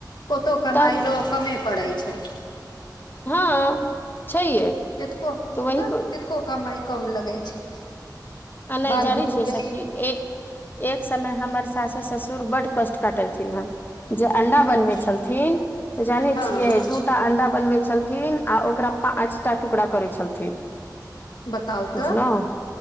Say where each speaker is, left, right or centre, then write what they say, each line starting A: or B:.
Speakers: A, on the left (about 85°); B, on the left (about 30°).
A: कोतो कमाइ
B: तब
A: लो कमे पड़ै छै।
B: हँ छैहे
A: कतको
B: तऽ वही
A: तब
B: को
A: कतको कमाइ कम लगै छै।
B: आ नइ
A: बाल
B: जान
A: बुतरू
B: छिय सखी
A: के
B: ए एक समय हमर सासो, ससुर बड्ड कष्ट काटलथिन हेँ जे अंडा बनबै
A: अच्छा
B: छलथिन तऽ जानै
A: हँ
B: छियै
A: हँ
B: दू टा अंडा बनबै छलथिन आ ओकरा पाँच आ टा टुकड़ा करै छलथिन
A: बताउ तऽ
B: बुझलौं।